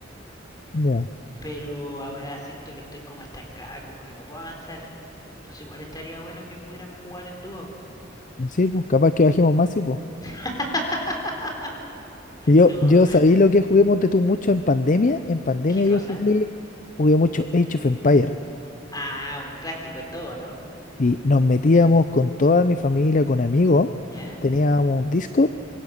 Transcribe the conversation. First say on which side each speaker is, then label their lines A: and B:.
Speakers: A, on the left; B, on the left.
A: Ya.
B: Pero ahora siento que estoy como estancada, como que no puedo avanzar. Entonces igual estaría bueno que pudiéramos jugar en dúo.
A: Sí, pues capaz que bajemos más, sí, pues.
B: <laughs>
A: Yo,
B: No.
A: yo sabí lo que jugué, ponte tú, mucho en pandemia. En pandemia
B: ¿Qué cosa?
A: yo jugué, jugué mucho Age of Empire.
B: Ah, un clásico, el dúo, ¿no?
A: Y nos metíamos con toda mi familia, con amigos.
B: Ya,
A: Teníamos un Discord